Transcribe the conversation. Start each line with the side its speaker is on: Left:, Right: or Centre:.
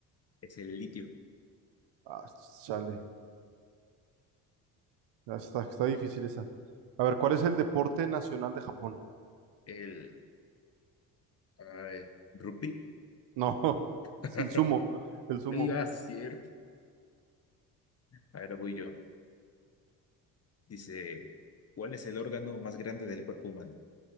Left: Es el litio.
Right: Ah, chale. Ah, Está, está difícil esa. A ver, ¿cuál es el deporte nacional de Japón?
Left: El, a ver, rupí.
Right: No, <laughs>
Left: <laughs>
Right: es el sumo, el sumo,
Left: Ay, ah, sí, es cierto. Ahora voy yo. Dice, ¿cuál es el órgano más grande del cuerpo humano?